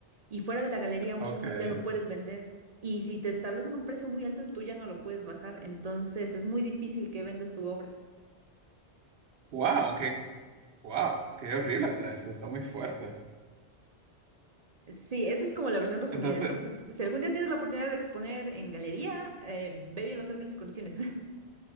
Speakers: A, on the right; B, on the right.
A: Y fuera de la galería muchas
B: ok.
A: veces ya no puedes vender. Y si te establecen un precio muy alto, tú ya no lo puedes bajar. Entonces es muy difícil que vendas tu obra.
B: Wow, qué, wow, qué horrible está eso, está muy fuerte.
A: Sí, esa es como la versión resumida.
B: Entonces,
A: Entonces, si algún día tienes la oportunidad de exponer en galería, eh, ve bien los términos y condiciones. <laughs>